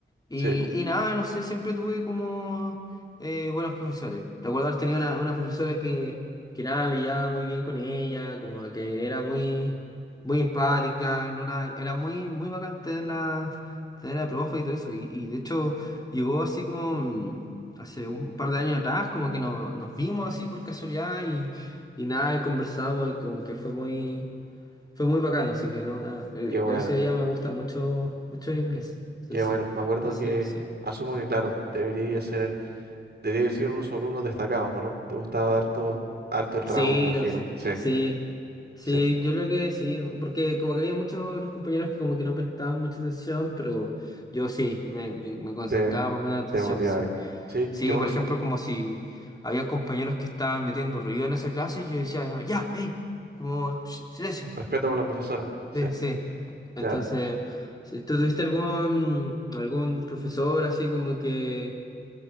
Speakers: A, on the left; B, on the right.
A: Y,
B: sí, po.
A: y nada, no sé, siempre tuve como eh, buenos profesores. Recuerdo haber tenido una, una profesora que, que nada, me llevaba muy bien con ella, como que era muy, muy empática, no nada, era muy, muy bacán tenerla, tenerla de profe y todo eso. Y, y de hecho llegó así como mm, hace un par de años atrás, como que no- nos vimos así por casualidad y, y nada, conversamos y como que fue muy... Fue muy bacano, así que no, nada. eh,
B: Qué bueno,
A: Gracias a ella me gusta mucho, mucho el inglés. Sí,
B: qué
A: sí.
B: bueno. Me acuerdo
A: Entonces,
B: que,
A: sí.
B: asumo que, claro, debería ser, debería ser uno de sus alumnos destacados, ¿o no? Te gustaba harto, harto el
A: Sí,
B: ramo, me imagino.
A: no sé.
B: Sí.
A: Sí. Sí,
B: Sí.
A: yo creo que sí. Porque como que había muchos de los compañeros que como que no prestaban mucha atención, pero yo sí, me, me, me concentraba
B: Te,
A: para poner atención,
B: te motiváis.
A: sí.
B: Sí,
A: Sí,
B: qué bueno.
A: por
B: sa-
A: ejemplo, como si había compañeros que estaban metiendo ruido en esa clase, yo decía, ya, hey, como "Shh, silencio.
B: Respeto por la profesora. Sí,
A: Sí, sí.
B: claro.
A: Entonces, si tú tuviste algún algún profesor así como que